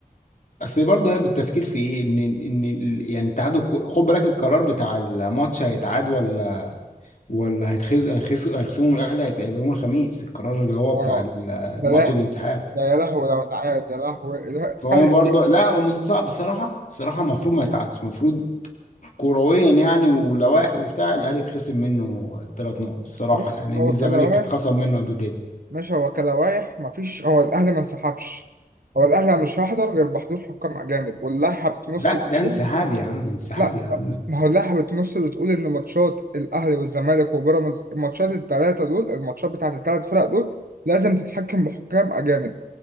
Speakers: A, on the left (about 55°); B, on the right (about 70°).
A: اصل برضه هي بالتفكير في ايه ان ان ال- يعني التعادل كو- خد بالك القرار بتاع الماتش هيتعاد ولا ولا هيتخز هيخس هيخصموا من الاهلي هيبقى يوم الخميس القرار اللي هو
B: اه
A: بتاع ال- الماتش
B: ده لا
A: الانسحاب
B: ده يا لهوي لو اتعاد يا لهوي لا،
A: فهو
B: هل-
A: برضه لا هو مستصعب الصراحه الصراحه المفروض ما يتعادش المفروض كرويا يعني ولوائح وبتاع الاهلي يتخصم منه الثلاث نقط الصراحه
B: بص
A: يعني
B: هو
A: ان الزمالك
B: كلواح
A: اتخصم منه قبل كده
B: ماشي هو كلواح مفيش هو الأهلي ما انسحبش هو الأهلي مش هيحضر غير بحضور حكام أجانب واللائحة بتنص
A: لا
B: بتقول
A: ده انسحاب يا عم انسحاب
B: لا
A: يا عم
B: ما هو اللائحة بتنص بتقول إن ماتشات الأهلي والزمالك وبيراميدز الماتشات التلاتة دول الماتشات بتاعت التلات فرق دول لازم تتحكم بحكام أجانب